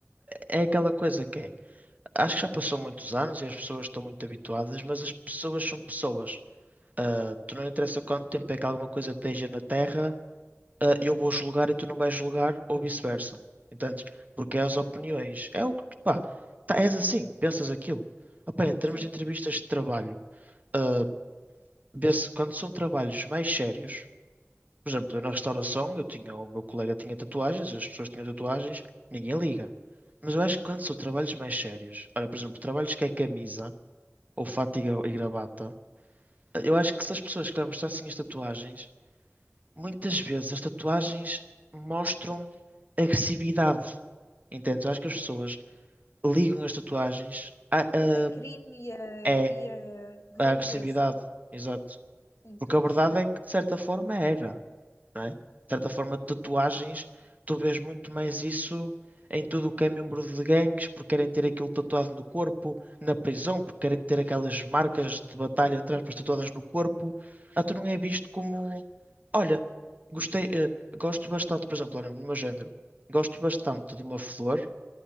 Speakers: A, on the right; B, on the left.
A: é aquela coisa que é. Acho que já passou muitos anos e as pessoas estão muito habituadas, mas as pessoas são pessoas. Ah, tu não interessa quanto tempo é que alguma coisa esteja na Terra, ah, eu vou julgar e tu não vais julgar, ou vice-versa. Entendes? Porque é as opiniões. É o que tu, pá, tá, és assim, pensas aquilo. Ah, pá, em termos
B: Sim.
A: de entrevistas de trabalho, ah, vê-se quando são trabalhos mais sérios. Por exemplo, eu na restauração, eu tinha, o meu colega tinha tatuagens, as pessoas tinham tatuagens, ninguém liga. Mas eu acho que quando são trabalhos mais sérios, olha, por exemplo, trabalhos que é camisa, ou fato e gra- e gravata, eu acho que se as pessoas querem mostrar assim as tatuagens, muitas vezes as tatuagens mostram agressividade. Entendes? Eu acho que as pessoas ligam as tatuagens a, a-
B: A crime e a,
A: é
B: e a delinquência.
A: a agressividade. Exato.
B: Sim,
A: Porque
B: estou
A: a
B: a
A: verdade
B: perceber.
A: é que, de certa forma, era. não é? De certa forma, tatuagens, tu vês muito mais isso em tudo o que é membro de gangues, porque querem ter aquilo tatuado no corpo, na prisão, porque querem ter aquelas marcas de batalha, entre aspas, tatuadas no corpo. Ah, tu não é visto como, olha, gostei, eh, gosto bastante, por exemplo, olha, no meu género, gosto bastante de uma flor.